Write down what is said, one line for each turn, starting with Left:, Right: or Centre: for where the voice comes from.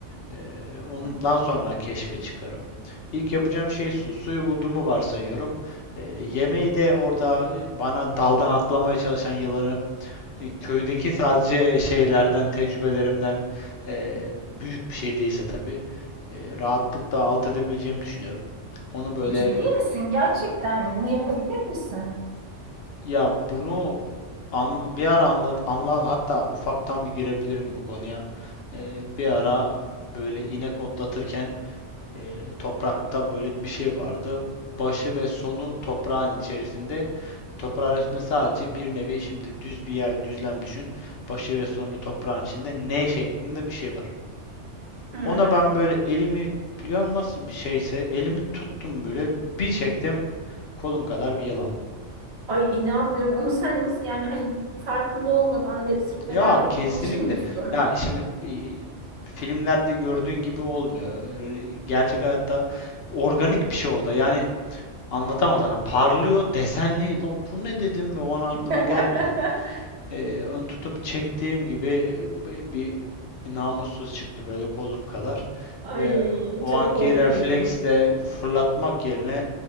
Left: E, ondan
Right: <laughs>
Left: sonra keşfe çıkarım. İlk yapacağım şey su. Suyu bulduğumu varsayıyorum. Ee, yemeği de orada e, bana daldan atlamaya çalışan yılanı e, köydeki sadece şeylerden, tecrübelerimden e, büyük bir şey değilse tabii e, rahatlıkla alt edebileceğimi düşünüyorum. Onu böyle
Right: Ciddi misin? Gerçekten bunu yapabilir misin?
Left: ya bunu an- bir ara anlat, anlat hatta ufaktan bir girebilirim bu konuya. E, bir ara böyle inek otlatırken E, toprakta böyle bir şey vardı. Başı ve sonu toprağın içerisinde. Toprağın içinde sadece bir nevi şimdi düz bir yer düzlem düşün. Başı ve sonu toprağın içinde N şeklinde bir şey var.
Right: Hı.
Left: Ona ben böyle elimi ya nasıl bir şeyse elimi tuttum böyle bir çektim kolum kadar bir yılan.
Right: Ay inanmıyorum. Onu sen nasıl yani hani farkında olmadan ve sırf
Left: Ya
Right: merak ettiğin
Left: kesinlikle.
Right: için mi tuttun?
Left: Ya şimdi e, filmlerde gördüğün gibi olmuyor. E, Gerçek hayatta organik bir şey orada. Yani Anlatamam sana. Parlıyor, desenli. La bu ne dedim ve o an aklıma
Right: <laughs>
Left: gelmedi. Ee, onu tutup çektiğim gibi bi- bir namussuz çıktı böyle kolum kadar.
Right: Ay
Left: Ve o
Right: çok
Left: anki
Right: korkuyorum.
Left: refleksle fırlatmak yerine